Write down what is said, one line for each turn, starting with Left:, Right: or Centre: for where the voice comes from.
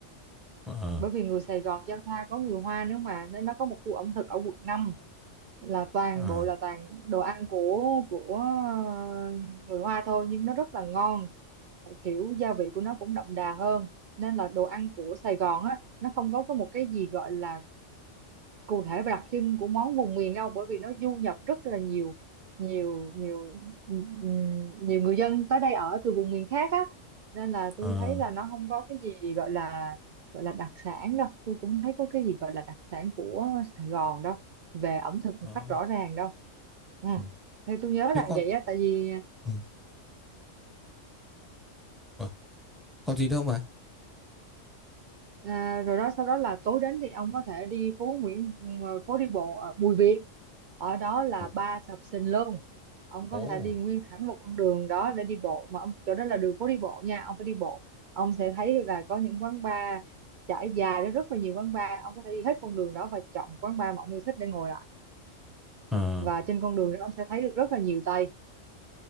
Centre: ờ
Right: bởi vì người Sài Gòn giao thoa có người Hoa nữa mà nên nó có một khu ẩm thực ở quận 5 là toàn
Centre: à
Right: bộ là toàn đồ ăn của của ờ, người Hoa thôi nhưng nó rất là ngon kiểu gia vị của nó cũng đậm đà hơn nên là đồ ăn của Sài Gòn á nó không có có một cái gì gọi là cụ thể và đặc trưng của món vùng miền đâu bởi vì nó du nhập rất là nhiều nhiều nhiều ừm, nhiều người dân tới đây ở từ vùng miền khác á nên là
Centre: ờ
Right: tôi thấy là nó không có cái gì gọi là gọi là đặc sản đâu tôi cũng thấy có cái gì gọi là đặc sản của Sài Gòn đâu về ẩm thực
Centre: đó
Right: một cách rõ ràng đâu ừ.
Centre: ừ
Right: theo tôi nhớ
Centre: Thế
Right: là
Centre: con
Right: vậy á tại vì
Centre: ừ ờ, còn gì đâu mà
Right: À, rồi đó sau đó là tối đến thì ông có thể đi phố Nguyễn ừ, phố đi bộ ở Bùi Viện ở đó là
Centre: ồ
Right: ba sập sình luôn ông có
Centre: ồ.
Right: thể đi nguyên thẳng một con đường đó để đi bộ mà ông chỗ đó là đường phố đi bộ nha ông phải đi bộ ông sẽ thấy được là có những quán bar trải dài đó rất là nhiều quán bar ông có thể đi hết con đường đó và chọn một quán bar mà ông yêu thích để ngồi lại
Centre: ờ
Right: và trên con đường đó ông sẽ thấy được rất là nhiều Tây